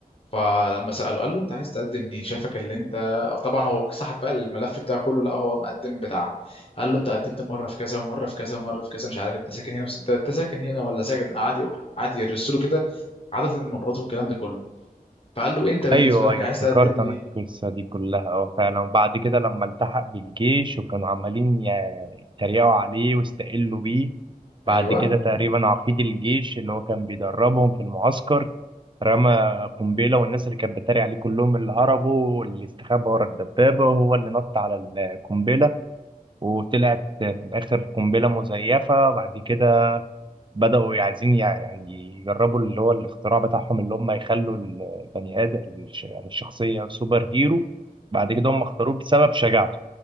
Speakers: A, on the left; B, on the right.
A: فلما سأله قال له انت عايز تقدم ليه شايفك اللي انت طبعا هو سحب بقى الملف بتاعه كله لا هو مقدم بتاع قال له انت قدمت مره في كذا ومره في كذا ومره في كذا مش عارف انت ساكن هنا بس- انت أنت ساكن هنا ولا ساكن عادي عادي يرسله كده عدد المرات والكلام ده كله فقال له انت بالنسبه
B: ايوه
A: لك
B: ايوه
A: عايز
B: افتكرت
A: تقدم
B: انا
A: ليه
B: القصه دي كلها اه فعلا وبعد كده لما التحق بالجيش وكانوا عمالين ي- يتريقوا عليه واستقلوا بيه
A: ايوه
B: بعد كده تقريبا عقيد الجيش اللي هو كان بيدربهم في المعسكر رمى قنبله والناس اللي كانت بتتريق عليه كلهم اللي هربوا واللي استخبى ورا الدبابه وهو اللي نط على القنبله وطلعت في الاخر قنبله مزيفه بعد كده بدأوا عايزين يع- يعني يجربوا اللي هو الاختراع بتاعهم اللي هم يخلوا البني آدم الش- يعني الشخصية سوبر هيرو بعد كده هم اختاروه بسبب شجاعته